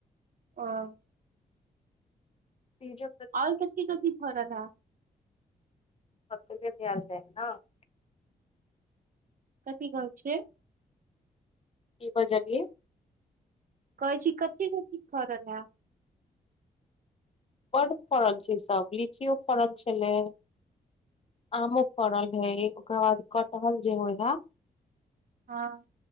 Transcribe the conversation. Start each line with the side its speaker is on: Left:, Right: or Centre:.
Right: ओऽ
Left: सीजऽ
Right: आओर कभी कथी फरल है।
Left: <inaudible>
Right: कथि कहेय छै
Left: की बजलिए
Right: कहै छी कते कथी फरल है
Left: बड फड़न छै सब लीची ओ फड़न छलै आमो फड़ल है ओकरा बाद कटहल जे होइ है
Right: हँ